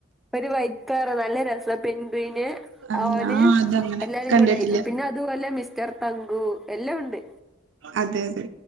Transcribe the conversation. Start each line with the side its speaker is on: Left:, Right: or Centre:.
Centre: ഒരു വഴിക്കേറി നല്ല രേസം <unintelligible>
Right: ആ
Centre: ഓന്
Right: ഞാൻ അതങ്ങനെ
Centre: എല്ലാരും
Right: കണ്ടിട്ടില്ല
Centre: കൂടെ ആയിട്ട് പിന്നെ അതുപോലെ മിസ്റ്റർ തങ്കു എല്ലാം ഒണ്ട്
Right: അതെ അതെ